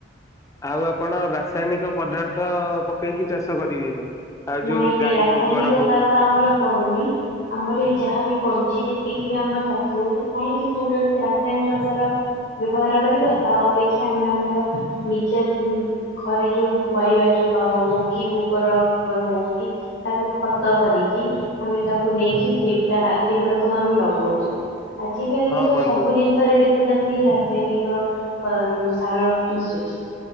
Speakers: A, on the left; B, on the left.
A: ଆଉ ଆପଣ ରାସାୟନିକ ପଦାର୍ଥ ପକେଇକି ଚାଷ କରିବେନି। ଆଉ ଯୋଉ
B: ନାଇଁ ନାଇଁ
A: ଗାଈ
B: ରାସାୟନିକ
A: ଗୋବର ହଉ
B: ସାର ତ ଆମର ପଡୁନି। ଆମର ବି ଯାହା ବି ପଡୁଛି ଯେତିକି ବି ଆମର ଚାଷ ହଉଛି କାହିଁକି ସୂନ ଟାରେ ସେ ରାସାୟନିକ ସାର। ବ୍ୟବହାର କରିବା ତା ଅପେକ୍ଷା ଆମେ ଆମର ନିଜ ଉଁ। ଘରେ ଯୋଉ ବି ପରିବା ଚୋପା ହଉ କି ଗୋବର ଫୋବର ହଉ କି। ତାକୁ ଖତ କରିକି। ଆମେ ତାକୁ ନେଇକି ସେଟା ସେଗୁଡା ସବୁ ଆମେ ଲଗଉଛୁ ଆଜିିକାଲି
A: ହଁ
B: ତ
A: ବନ୍ଧୁ
B: ସବୁ ଜିନି ଷରେ ଦେଖୁଛନ୍ତି ରାସାୟନିକ ଅ ସାର ମିଶୁଛି।